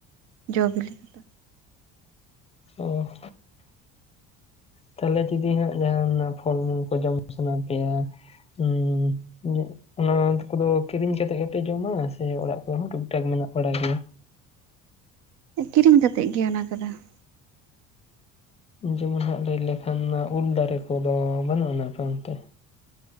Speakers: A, on the right; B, on the left.
A: ᱡᱚ ᱵᱤᱞᱤ ᱠᱚᱫᱚ
B: ᱚᱜ ᱛᱟᱦᱮᱞᱮ ᱫᱤᱫᱤ ᱦᱟᱸᱜ ᱡᱟᱦᱟᱱᱟᱼᱜ ᱯᱷᱚᱞ ᱢᱩᱞ ᱠᱚ ᱡᱚᱢ ᱥᱟᱱᱟ ᱯᱮᱭ-ᱟ? ᱩᱸ ᱚᱱᱟ ᱠᱩᱫᱚ ᱠᱤᱨᱤᱧ ᱠᱟᱛᱮᱜ ᱜᱮᱯᱮ ᱡᱚᱢᱟ ᱾ ᱥᱮ ᱚᱲᱟᱜ ᱠᱚᱨᱮ ᱦᱚᱸ ᱴᱩᱠ ᱴᱟᱠ ᱢᱮᱱᱟᱜ ᱵᱟᱲᱟ ᱜᱮᱭ-ᱟ?
A: ᱠᱤᱨᱤᱝ ᱠᱟᱛᱮᱜ ᱜᱮ ᱚᱱᱟ ᱠᱚᱼᱫᱚ ᱾
B: ᱡᱮᱢᱚᱱ ᱦᱟᱸᱜ ᱞᱟᱹᱭ ᱞᱮᱠᱷᱟᱱ, ᱩᱞ ᱫᱟᱨᱮ ᱠᱚᱼᱫᱚ ᱵᱟᱹᱱᱩᱜ ᱟᱱᱟ ᱚᱱᱛᱮ᱾